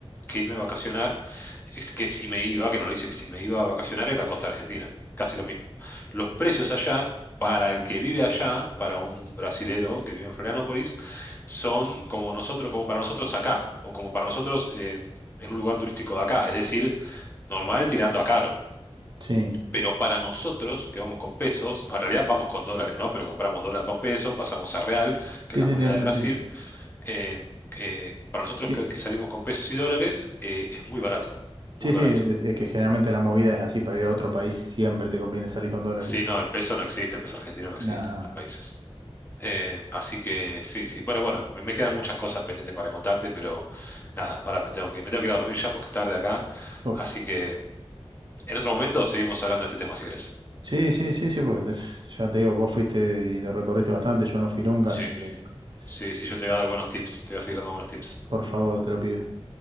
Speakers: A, on the left (about 20°); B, on the right (about 50°).
A: que irme a vacacionar, es que si me iba, que no lo hice, que si me iba a vacacionar en la costa argentina, casi lo mismo. Los precios allá, para el que vive allá, para un brasilero que vive en Florianópolis, son como nosotros, como para nosotros acá, o como para nosotros eh, en un lugar turístico de acá, es decir, normal tirando a caro.
B: Sí,
A: Pero para nosotros, que vamos con pesos, en realidad vamos con dólares, ¿no? Pero compramos dólar con peso, pasamos a real,
B: sí,
A: que es la
B: sí,
A: moneda
B: sí, entiendo,
A: de Brasil.
B: entiendo.
A: eh, eh, para nosotros
B: Sí,
A: que, que salimos con pesos y dólares, eh, es muy barato, muy
B: sí,
A: barato.
B: sí, es, es que generalmente la movida es así, para ir a otro país siempre te conviene salir con dólares.
A: Sí, no, el peso no existe, el peso argentino no existe
B: Nada.
A: en otros países. Eh, así que sí, sí. Bueno, bueno, me, me quedan muchas cosas pendientes para contarte, pero nada, ahora me tengo que, me tengo que ir a dormir ya porque es tarde acá.
B: Uf.
A: Así que en otro momento seguimos hablando de este tema si querés.
B: Sí, sí, sí, sí, porque te- ya te digo, vos fuiste y lo recorriste bastante, yo no fui nunca,
A: Sí,
B: así que es-
A: sí, sí, yo te voy a dar buenos tips, te voy a seguir dando buenos tips.
B: por favor, te lo pido.